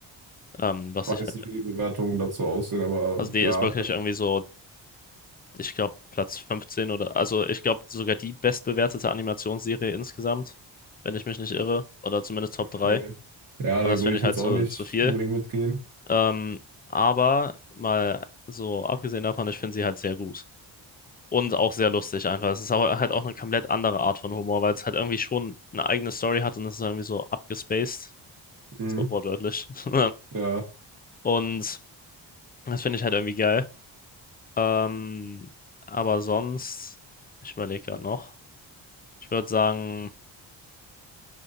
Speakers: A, on the left (about 25°); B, on the right (about 45°).
A: Ähm, was
B: Weiß
A: ich halt,
B: nicht, wie die Bewertungen dazu aussehen, aber
A: also die
B: ja,
A: ist wirklich
B: kann
A: irgendwie
B: ich verstehen.
A: so, ich glaube, Platz 15 oder, also ich glaube sogar die bestbewertete Animationsserie insgesamt, wenn ich mich nicht irre, oder zumindest Top
B: Okay.
A: drei
B: Ja,
A: Und
B: da
A: das
B: würde
A: finde
B: ich
A: ich
B: jetzt
A: halt zu,
B: auch nicht
A: zu viel.
B: unbedingt mitgehen.
A: Ähm, aber mal so abgesehen davon, ich finde sie halt sehr gut. Und auch sehr lustig einfach. Es ist aber halt auch eine komplett andere Art von Humor, weil es halt irgendwie schon eine eigene Story hat und es ist irgendwie so abgespaced
B: Hm.
A: So wortwörtlich. <laughs>
B: Ja.
A: Und das finde ich halt irgendwie geil. Ähm, aber sonst, ich überlege gerade noch. Ich würde sagen,